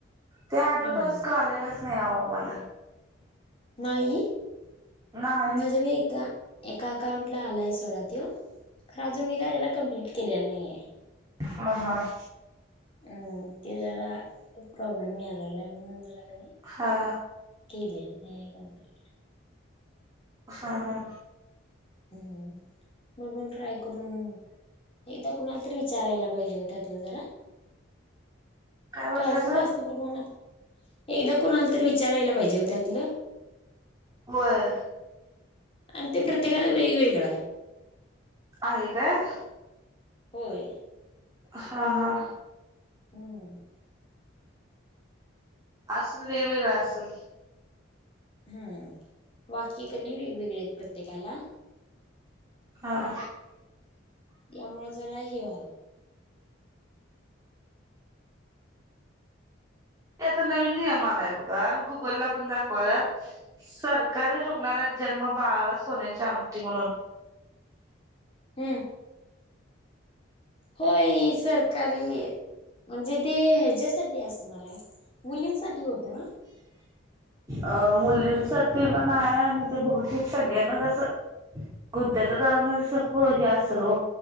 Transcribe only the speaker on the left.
हा
नाई ही
माझ्या मी ए एका अकाउंटला आलाय सोडा त्यो खर अजून मी काय त्याला कमप्लीट केलेला नाही आहे.
हम्म ते जरा प्रॉब्लेम यायला लागला म्हणून जरा कलेलं
नाही कमप्लीट
हम्म बघून ट्राय करून एकदा कुणाला तरी विचारायला पाहिजे हो त्या्यातलं जरा
तो अजून जास्त प्रमाणात एकदा कोणाल तर विचारायला पाहिजे हो त्यातलं
आणि ते प्रत्येकाला वेगवेगळं आहे
होय
हम्म
हम्म वाक्य कनी वेगवेगळे आहेत प्रत्येकाला
यामुळे जरा हे व्हालयं
हम्म होय सरकारी म्हणजे ते ह्याच्यासाठी अस आहे मुलींसाठी होत ना